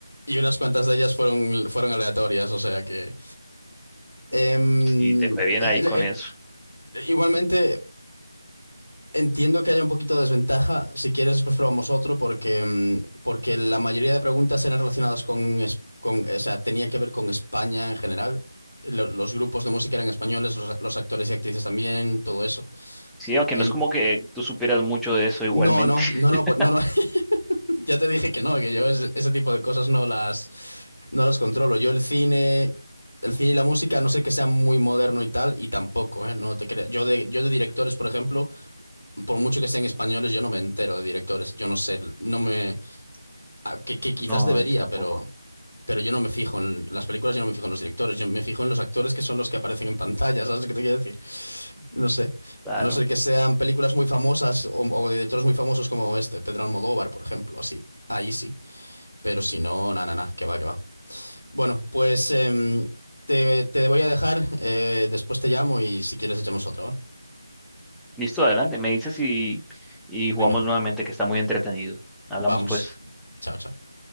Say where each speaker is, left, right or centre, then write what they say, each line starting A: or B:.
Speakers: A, on the left; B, in the centre.
A: y, y unas cuantas de ellas fueron, fueron aleatorias, o sea que... Em,
B: Sí, te fue bien
A: el-
B: ahí con
A: el-
B: eso.
A: igualmente... Entiendo que haya un poquito de desventaja. Si quieres, después probamos otro porque, mm, porque la mayoría de preguntas eran relacionadas con, es- con- o sea, tenía que ver con España en general. Lo- Los grupos de música eran españoles, los, los actores y actrices también, todo eso.
B: Sí, aunque
A: En-
B: no es como que tú superas mucho de eso igualmente.
A: no, no, no, no,
B: <laughs>
A: pues, no, no. <laughs> Ya te dije que no, que yo ese, ese tipo de cosas no las, no las controlo. Yo el cine, el cine y la música, a no sé que sea muy moderno y tal, y tampoco, ¿eh? No te creas. Yo de, yo de directores, por ejemplo. por mucho que sean españoles, yo no me entero de directores. Yo no sé, no me. ah, Que, que quizás
B: No,
A: debería,
B: yo tampoco.
A: pero, pero yo no me fijo en las películas, yo no me fijo en los directores. Yo me fijo en los actores que son los que aparecen en pantalla, ¿sabes qué te quiero decir? No sé.
B: Claro.
A: A no ser que sean películas muy famosas o, o de directores muy famosos como este, Pedro Almodóvar, por ejemplo, así. Ahí sí. Pero si no, na, na, na, que va, que va. Bueno, pues em, te, te voy a dejar. eh, después te llamo y si quieres echamos otra, ¿vale?
B: Listo, adelante. Me dices y, y jugamos
A: Venga,
B: nuevamente, que está muy entretenido.
A: vamos.
B: Hablamos pues.
A: Chao, chao.